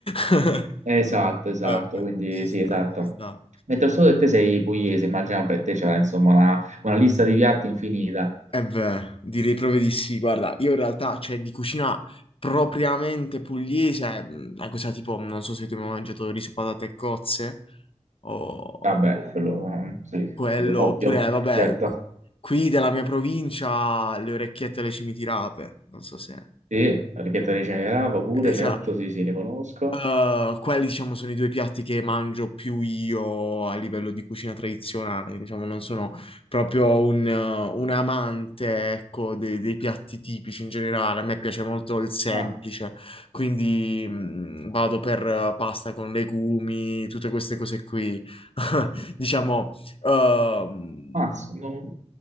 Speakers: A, on the left; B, on the right.
A: <laughs>
B: eh, Esatto, esatto,
A: Vabbè,
B: quindi
A: ci sta,
B: sì, esatto.
A: ci sta.
B: Mentre al sud te sei pugliese, immagino per te c'era insomma una, una lista di piatti infinita.
A: Eh beh, direi proprio di sì. Guarda, io in realtà, cioè, di cucina propriamente pugliese, è una cosa tipo, non so se tu hai mai mangiato riso, patate e cozze, o...
B: Vabbè, quello eh, sì,
A: quello,
B: sicuro,
A: oppure,
B: ovvio, <laughs>
A: eh, vabbè,
B: certo.
A: qui della mia provincia le orecchiette alle cimitirape, non so se...
B: Sì, la richietta di Cenerava pure,
A: E
B: certo,
A: sa,
B: sì, sì, ne conosco.
A: eh, quelli, diciamo, sono i due piatti che mangio più io a livello di cucina tradizionale, diciamo, non sono proprio un, eh, un amante, ecco, de- dei piatti tipici in generale, a me piace molto il semplice,
B: Ah,
A: quindi mh, vado per eh, pasta con legumi, tutte queste cose qui, <laughs> diciamo... ehm,
B: mazza, non-